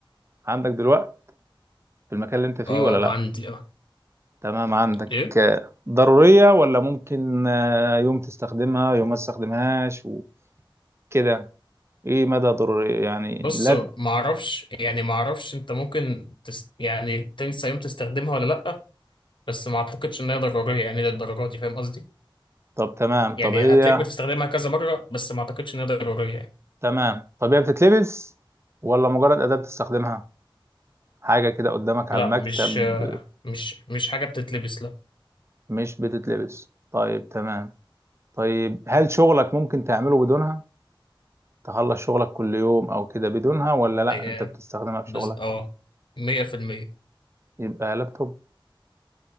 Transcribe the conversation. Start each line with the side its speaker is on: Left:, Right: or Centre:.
Right: عندك دلوقتي في المكان اللي انت فيه
Left: اه
Right: ولا لا
Left: عندي اه
Right: تمام عندك
Left: ايه
Right: آه، ضروريه ولا ممكن آه، يوم تستخدمها يوم ما تستخدمهاش وكده ايه مدى ضروريه يعني
Left: بص
Right: لا
Left: ما اعرفش يعني ما اعرفش انت ممكن تس... يعني تنسى يوم تستخدمها ولا لا بس ما اعتقدش ان هي ضروريه يعني للدرجه دي فاهم قصدي
Right: طب تمام
Left: يعني
Right: طب هي
Left: هتلاقيك بتستخدمها كذا مرة بس ما اعتقدش انها ضرورية يعني
Right: تمام طب هي بتتلبس ولا مجرد اداه بتستخدمها حاجه كده قدامك على
Left: لا
Right: المكتب
Left: مش آه، مش مش حاجة بتتلبس لا
Right: مش بتتلبس طيب تمام طيب هل شغلك ممكن تعمله بدونها تخلص شغلك كل يوم او كده بدونها ولا لا
Left: هي
Right: انت بتستخدمها في
Left: بز...
Right: شغلك
Left: اه 100%
Right: يبقى لابتوب